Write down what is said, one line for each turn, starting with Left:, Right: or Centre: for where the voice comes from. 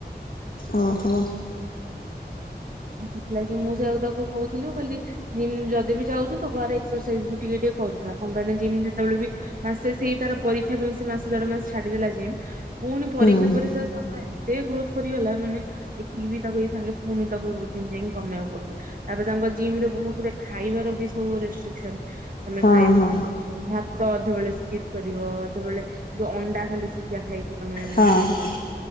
Left: ଓ ହୋ।
Right: ଆଉ ସେଥିଲାଗି ମୁଁ ସେଇଆକୁ ତାକୁ କହୁଥିଲି ମୁଁ କହିଲି ଜିମ୍ ଯଦି ବି ଯାଉଛୁ, ତ ଘରେ ଏକ୍ସରସାଇଜ ବି ଟିକେ ଟିକେ କରୁଥା, କଣ ପାଇଁ ନା ଜିମ୍ ଯେତେବେଳେ ବି ମାସେ ସେଇ ତାର ପରୀକ୍ଷା ପାଇଁ ସେ ମାସେ ଦେଢ ମାସେ ଛାଡିଦେଲା ଜିମ୍। ପୁଣି ପରୀକ୍ଷା
Left: ହୁଁ ହୁଁ।
Right: ପରେ ସେ ସମୟ ଏତେ ଗ୍ରୋଥ କରିଗଲା ମାନେ ଦେଖିବି ତାକୁ ଏଇ ସାଙ୍ଗେ ପୁଣି ତାକୁ ଜିମ ଯାଇକି କମେଇବାକୁ ପଡିବ! ତାପରେ ତାଙ୍କ ଜିମ୍ ରେ ବହୁତ ଗୁଡେ ଖାଇବାର ବି ସବୁ ରେଷ୍ଟ୍ରିକସନ ମାନେ
Left: ହଁ
Right: ଖାଇବନି।
Left: ହଁ
Right: ଭାତ ଅଧେବେଳେ ସ୍କିପ୍ କରିବ କେତେବେଳେ ଯୋଉ ଅଣ୍ଡା ଖାଲି ସିଝା ଖାଇକି। ତମେ
Left: ହଁ,
Right: ମାନେ
Left: ହଁ,